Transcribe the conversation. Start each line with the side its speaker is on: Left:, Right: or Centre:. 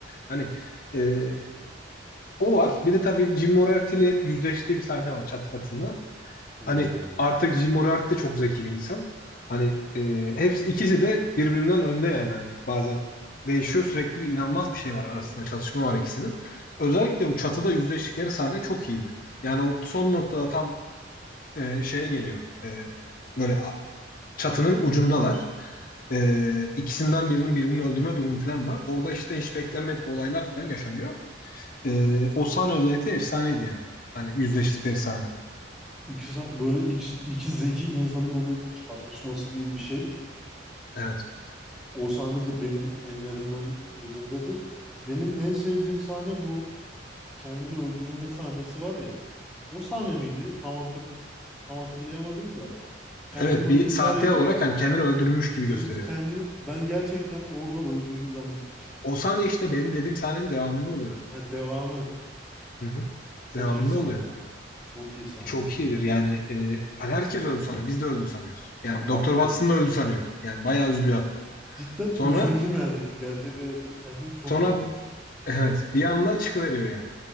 Left: Hani e, o var.
Centre: Ha.
Left: Bir de tabii Jim Moriarty ile yüzleştiği bir sahne var çatı katında. Hani
Centre: Oo.
Left: artık Jim Moriarty de çok zeki bir insan. Hani e, hepsi ikisi de birbirinden önde yani. Hani bazen değişiyor. Sürekli bir inanılmaz bir şey var arasında.
Centre: E,
Left: Çatışma var ikisinin. Özellikle bu çatıda yüzleştikleri sahne çok iyiydi. Yani o son noktada tam e, şeye geliyor. E, böyle çatının ucundalar. E, ikisinden birinin birbirini öldürme durumu falan var. Orada işte hiç beklenmedik olaylar falan yaşanıyor. E, o sahne özellikle efsaneydi yani. Hani yüzleştikleri
Centre: İ-
Left: sahne.
Centre: İki, sa- böyle iki, iki zeki insanın böyle çarpışması gibi bir şey.
Left: Evet.
Centre: O sahne de benim enlerimden birindedir. Benim en sevdiğim sahne bu kendini öldürülme sahnesi var ya. O sahne miydi? Tam hatır, tam hatırlayamadım da. Kendini
Left: Evet
Centre: böyle
Left: bir
Centre: intihar
Left: sahte
Centre: ediyor.
Left: olarak hani kendini öldürmüş gibi
Centre: Yani
Left: gösteriyor.
Centre: kendi ben gerçekten orada öldüğünü zannetmiştim.
Left: O
Centre: ya.
Left: sahne işte benim dediğim sahnenin devamında oluyor.
Centre: Ha, devamı
Left: Hı hı.
Centre: O çok
Left: Devamında
Centre: iyi sahne
Left: oluyor.
Centre: ya. Çok iyi sahnedir
Left: Çok
Centre: ya.
Left: iyidir yani. E, hani herkes öldü sanıyor. Biz de öldü sanıyoruz. Yani
Centre: Hani
Left: Doktor
Centre: ben öldüm.
Left: Watson da öldü sanıyor. Yani bayağı üzülüyor hatta.
Centre: Cidden
Left: Sonra
Centre: üzüldüm yani. Gerçek hayatta kendim çok
Left: sonra
Centre: üzülmüştüm.
Left: evet bir anda çıkıveriyor yani.